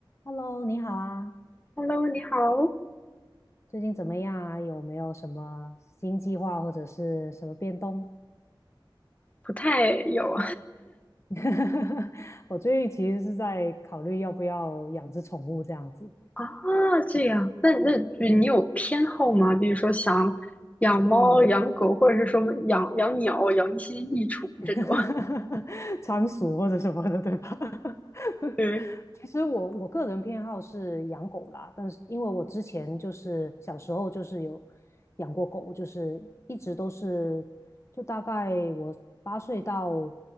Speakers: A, on the left (about 35°); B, on the left (about 15°).
A: Hello，你好啊，
B: Hello，你好，
A: 最近怎么样啊？有没有什么新计划或者是什么变动？
B: 不太有
A: <laughs> 我最近其实是在考虑要不要养只宠物这样子。
B: <laughs> 啊，这样，那那你有偏好吗？
A: 嗯，
B: 比如说想养猫、
A: 嗯，
B: 养狗，或者是说养养鸟、养一些益虫这种。
A: <laughs> 仓鼠或者什么的，对吧？<laughs>
B: <laughs> 对
A: 其实我我个人偏好是养狗啦，但是因为我之前就是小时候就是有养过狗，就是一直都是，就大概我八岁到